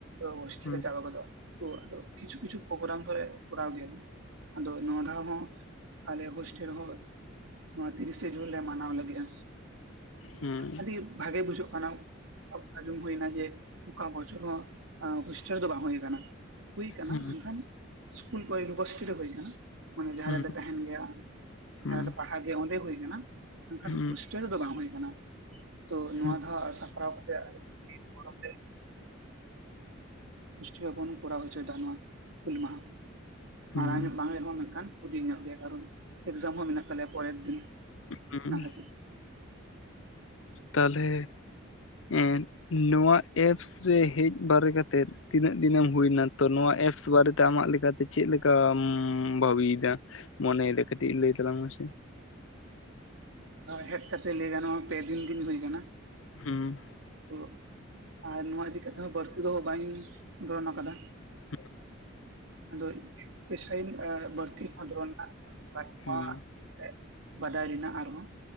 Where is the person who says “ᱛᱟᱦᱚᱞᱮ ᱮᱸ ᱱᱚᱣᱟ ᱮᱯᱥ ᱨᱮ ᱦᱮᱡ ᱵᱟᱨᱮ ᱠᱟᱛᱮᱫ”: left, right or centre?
Left